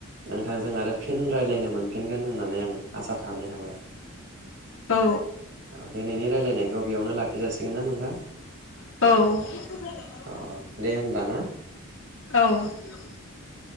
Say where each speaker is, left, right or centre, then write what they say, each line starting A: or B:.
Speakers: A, on the right; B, on the left.
A: नोंथांजों आरो फिन रायज्लायनो मोनफिनगोन होननानै आं आसा थानाय थाबाय
B: औ
A: औ दिनैनि रायलायनायखौ बेयावनो ला जासिगोन ना नोंथां
B: औ
A: अ दे होमब्ला
B: औ
A: ना।